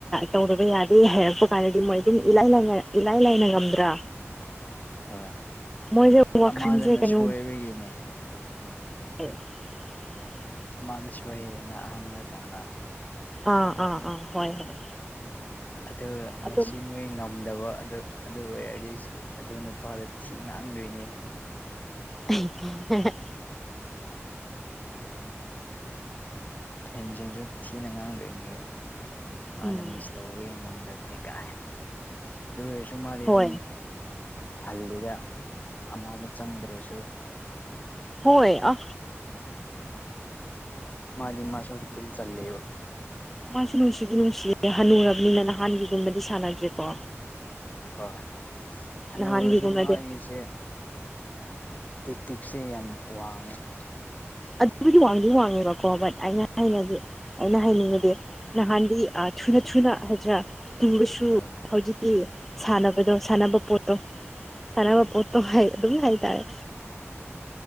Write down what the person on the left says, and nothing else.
ꯍꯣꯏ
ꯑꯃꯗꯨꯅ
ꯁꯣꯏꯕꯒꯤꯅꯦ ꯍꯣꯏ
ꯃꯥꯗꯣ ꯁꯣꯏꯔꯦꯗꯅ ꯑꯍꯥꯟꯕ ꯀꯥꯟꯗ
ꯑꯗꯨ
ꯉꯁꯤ ꯃꯣꯏ ꯉꯝꯗꯕ ꯑꯗꯨ ꯑꯗꯨ ꯑꯣꯏꯔꯗꯤ ꯑꯗꯨ ꯅꯨꯄꯥꯗ ꯊꯤ ꯉꯥꯡꯗꯣꯏꯅꯦ
ꯐꯦꯟꯁꯤꯡꯁꯨ ꯊꯤꯅ ꯉꯥꯡꯗꯣꯏꯅꯦꯕ ꯃꯥꯅ
ꯃꯤꯁ ꯇꯧꯕꯒꯤ ꯉꯝꯗꯕ ꯀꯥꯏꯅ ꯑꯗꯨ ꯑꯣꯏꯔꯁꯨ ꯃꯥꯗꯤ
ꯑꯗꯨꯝ ꯍꯜꯂꯤꯗ ꯑꯃꯗ ꯆꯪꯗ꯭ꯔꯁꯨ
ꯑꯃꯗꯤ ꯃꯥꯁꯨ ꯑꯗꯨꯝ ꯆꯜ ꯂꯦꯕ
ꯍꯣꯏ ꯍꯅꯨꯔꯁꯨ
ꯃꯥꯒꯤꯁꯦ ꯇꯤꯛ ꯇꯤꯛꯁꯦ ꯌꯥꯝ ꯋꯥꯡꯉꯦꯕ
ꯍꯣꯏ
ꯍꯣꯏ
ꯍꯣꯏ